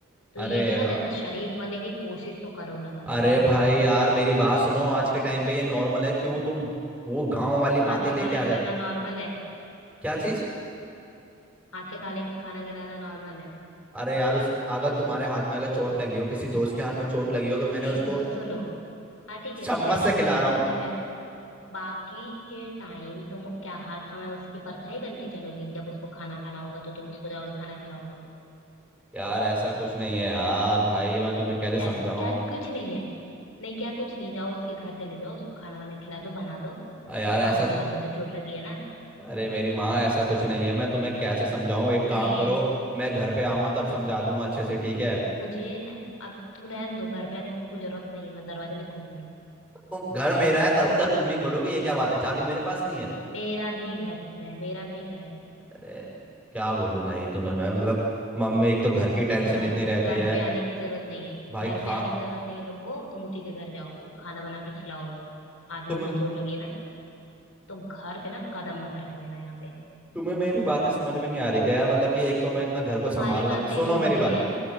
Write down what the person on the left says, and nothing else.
तो
ये तो
ना ज्यादा शरीफ बनने की कोशिश तो करो ना मत
मेरे
सामने
हाथ
से
खाना
खिलाना नॉर्मल है
हाथ से खा ले खाना खिलाना नॉर्मल है
नहीं
तो सुनो हाँ ठीक है
ठीक है
उस टाइम
तुमने गिराया बाकी के टाइम तुम क्या हर समय उसकी परछाई बन के चलोगी जब उसको खाना खाना होगा तो तुम उसको जाओगे खाना खिलाओगे
ऐस क्या कुछ नहीं है नहीं क्या कुछ नहीं जाओ उसके घर चले जाओ उसको खाना वाना खिला दो बना दो
हाँ उसके हाथ में तो चोट लगी है ना
क्यों
नहीं
है
मुझे ना अब तुम रहने दो घर पे आने की तुमको जरूरत नहीं है मैं दरवाजा नहीं खोलूंगी
मेरा भी घर है मेरा भी घर है
तो घर
पे
घर
पे आने की जरूरत नहीं है
घर
पे आने की जरूरत नहीं है तुमको तुम उसी के घर जाओ खाना बना के खिलाओ उसको हाथ
में उसे चोट लगी है ना तो घर पे ना कदम मत रख देना यहाँ पे
तुम्हारी
बातें
झूठी
हैं